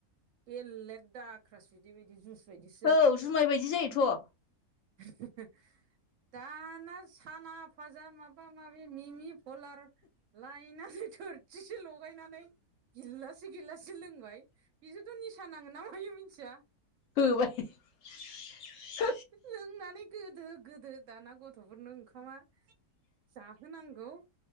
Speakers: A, on the right (about 70°); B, on the left (about 65°).
A: बेलेग दा क्रास बिदै बायदि जुइस बायदिसो जायो
B: औ जुमाय बायदि जायोथ'
A: <inaudible> दाना साना फाजा माबा माबि मिमि फलार लाइनानै थोरसिसे लगायनानै गिलासे गिलासे लोंबाय बिजोंथ' निसा नाङोन ना मायो मिथिया।
B: होबाय <inaudible>
A: लोंनानै गोदो गोदो दाना गथ'फोरनो ओंखामा जाहो नांगौ